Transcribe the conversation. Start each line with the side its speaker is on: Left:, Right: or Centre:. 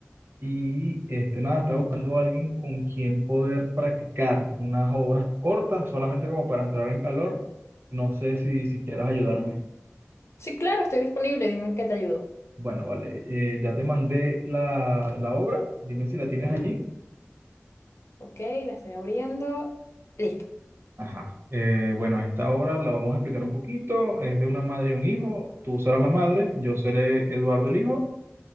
Right: y este, nada, estaba buscando a alguien con quien poder practicar unas obras cortas, solamente como para entrar en calor. No sé si, si quieras ayudarme.
Left: sí, claro, estoy disponible, dime en qué te ayudo.
Right: Bueno, vale, eh, ya te mandé la, la obra, dime si la tienes allí.
Left: Ok, la estoy abriendo. Listo,
Right: Ajá. Eh, bueno, esta obra la vamos a explicar un poquito. Es de una madre y un hijo. Tú serás la madre, yo seré Eduardo el hijo.